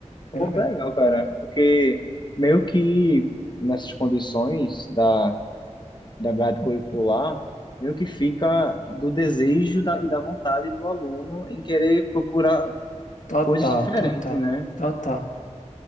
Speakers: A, on the left; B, on the left.
A: Pô,
B: bem legal.
A: que legal, cara. Porque meio que nessas condições da, da grade curricular, meio que fica do desejo da, e da vontade do aluno em querer procurar
B: Total,
A: coisas diferentes,
B: total,
A: né?
B: total,